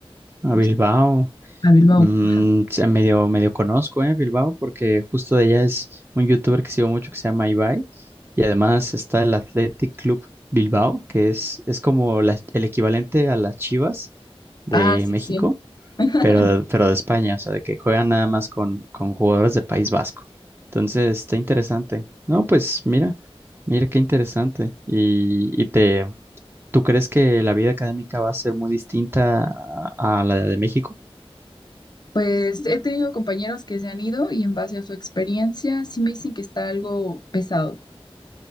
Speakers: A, on the right (about 20°); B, on the left (about 45°).
A: a
B: no
A: Bilbao.
B: sé, a Bilbao,
A: Mm,
B: ajá.
A: sí, medio, medio conozco, eh, Bilbao, porque justo de allá es un youtuber que sigo mucho que se llama Ibai. Y además está el Athletic Club Bilbao, que es, es como la- el equivalente a las Chivas de
B: Ah, sí,
A: México.
B: sí. <laughs>
A: pero, pero de España, o sea, de que juegan nada más con, con jugadores de País Vasco. Entonces, está interesante. No, pues mira, mira qué interesante. Y, y te, ¿tú crees que la vida académica va a ser muy distinta a, a la de México?
B: Pues he tenido compañeros que se han ido y en base a su experiencia sí me dicen que está algo pesado.